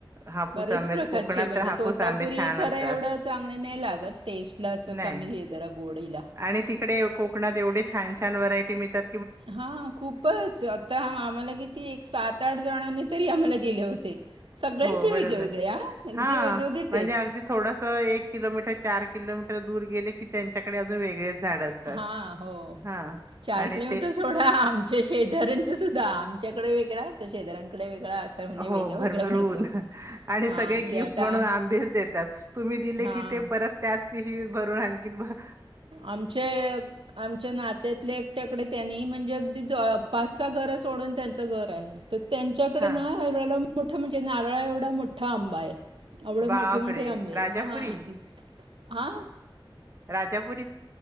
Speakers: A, on the right; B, on the right.
A: हापूस
B: बरेच
A: आंब्याच
B: प्रकारचे
A: कोकणात
B: म्हणजे,
A: तर हापूस
B: तोतापुरी
A: आंबे छान
B: खरं
A: असतात.
B: एवढं चांगलं नाही लागत, टेस्ट ला असं
A: नाही
B: कमी हे जरा गोडीला.?
A: आणि तिकडे कोकणात एवढे छान छान व्हरायटी मीळतात
B: हा खूपच आता आम्हाला किती सात आठ जणांनी तरी आम्हाला दिले होते, सगळ्यांचे
A: हो बरोबर
B: वेगळेवेगळे हा अगदी
A: हा
B: वेगवेगळे
A: म्हणजे
B: टेस्ट.
A: अगदी थोडस एक किलोमीटर चार किलोमीटर दूर गेले की त्यांच्याकडे अजून वेगळे- झाड असतात.
B: हां हो
A: हा
B: चार
A: आणि
B: किलोमीटर सोडा आमच्या शेजाऱ्यांच सुद्धा आमच्याकडे वेगळा्या तर शेजऱ्यांकडे वेगळा असं म्हणजे
A: हो
B: वेगळा वेगळा
A: भरभरन
B: मिळतो
A: आणि
B: हां
A: सगळे गिफ्ट
B: की आता
A: म्हणून आंबेच देतात तुम्ही दिले
B: हां
A: की ते परत त्या पिशवी भर आणखीनर
B: आमच्या आमच्या नात्यातल्या एकट्याकडे त्यांनी म्हणजे अगदी पाच घर सोडून त्यांचं घर आहे त्यांच्याकडे
A: हा
B: नाला मोठं म्हणजे नारळ एवढा मोठा आंबा आहे आवडे
A: बापरे
B: मोठे मोठे आंबे
A: राजापुरी
B: हााे हा
A: राजापुरी